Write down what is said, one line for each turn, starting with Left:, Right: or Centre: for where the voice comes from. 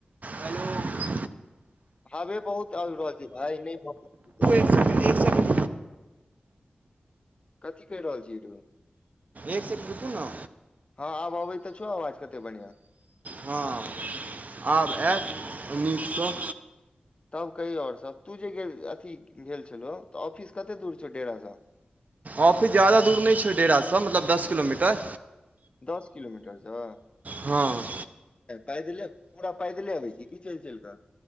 Right: हेलो रुकू
Left: हवे बहुत आबि रहल छै, भाय नहि बहुत।
Right: एक सेकंड एक सेकंड
Left: कथि कहि रहल छी तू।
Right: एक सिकोंड रुकू ने।
Left: हँ, आब अबै तऽ छौ आवाज कते बढ़िआ।
Right: हँ, आब आयत नीकसँ
Left: तब कहियौ आओर सभ तू जे अथि भेल छलौ तऽ ऑफिस कते दूर छौ डेराँ सऽ।
Right: ऑफिस जादा दूर नहि छै, डेरासँ मतलब दस किलोमीटर।
Left: दस किलोमीटर छै
Right: हँ।
Left: पैदले पूरा पैदले अबै छै, की चल चल कऽ।